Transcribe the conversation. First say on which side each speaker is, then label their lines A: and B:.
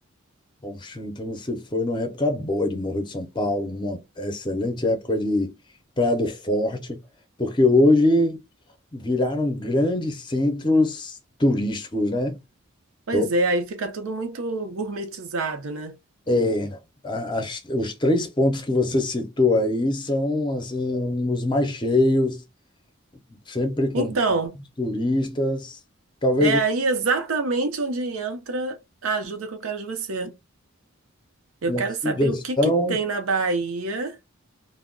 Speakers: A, on the left; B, on the right.
A: Poxa, então você foi numa época boa de Morro de São Paulo, uma excelente época de Praia do Forte, porque hoje viraram grandes centros turísticos, né?
B: Pois
A: Então,
B: é, aí fica tudo muito gourmetizado, né?
A: é, a- as- os três pontos que você citou aí são assim, os mais cheios, sempre com
B: Então,
A: turistas. Talvez
B: é aí exatamente onde entra a ajuda que eu quero de você. Eu
A: uma
B: quero
A: sugestão.
B: saber o que que tem na Bahia